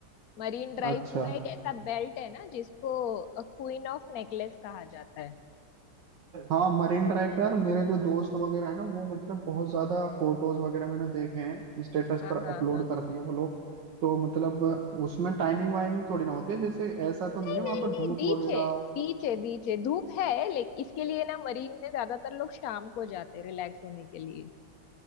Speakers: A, on the left (about 60°); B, on the right (about 55°).
A: मरीन ड्राइव
B: अच्छा
A: पूरा एक ऐसा बेल्ट है ना जिसको क्वीन ऑफ नेकलेस कहा जाता है
B: हाँ मरीन ड्राइव पे यार मेरे जो दोस्त वगैरह है ना वो मतलब बहुत ज्यादा फोटोज वगैरह मैंने देखे हैं स्टेटस
A: हाँ
B: पर
A: हाँ
B: अपलोड
A: हाँ
B: करते
A: हाँ।
B: हैं वो लोग तो मतलब उसमें टाइमिंग वाइमिंग थोड़ी ना होती है जैसे ऐसा तो नहीं
A: नहीं
B: है वहां
A: नहीं
B: पर
A: नहीं
B: धूप
A: बीच
B: वगैरह
A: है बीच है बीच है धूप है लेकिन इसके लिए ना मरीन में ज्यादातर लोग शाम को जाते हैं रिलैक्स होने के लिए